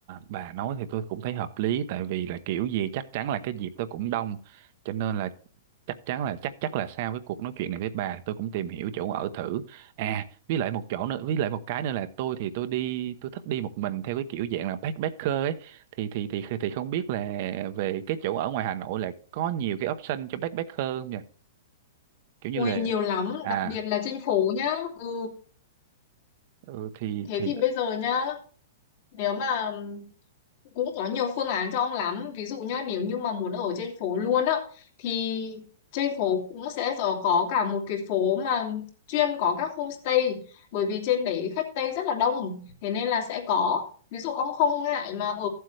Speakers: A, on the right; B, on the left.
A: bà nói thì tôi cũng thấy hợp lý tại vì là kiểu gì chắc chắn là cái dịp tôi cũng đông cho nên là chắc chắn là chắc chắc là sau cái cuộc nói chuyện này với bà tôi cũng tìm hiểu chỗ ở thử à với lại một chỗ nữa với lại một cái nữa là tôi thì tôi đi tôi thích đi một mình theo cái kiểu dạng là backpacker ấy thì thì thì thì, thì không biết là về cái chỗ ở ngoài Hà Nội là có nhiều cái option cho backpacker không nhỉ kiểu như
B: Ui
A: là
B: nhiều lắm,
A: à
B: đặc biệt là trên phố nhá. Ừ.
A: ừ, thì
B: Thế
A: thì
B: thì bây giờ nhá, nếu mà cũng có nhiều phương án cho ông lắm. Ví dụ nhá, nếu như mà muốn ở trên phố luôn á, thì trên phố cũng sẽ có có cả một cái phố mà chuyên có các homestay. Bởi vì trên đấy khách Tây rất là đông, thế nên là sẽ có. Ví dụ ông không ngại mà ở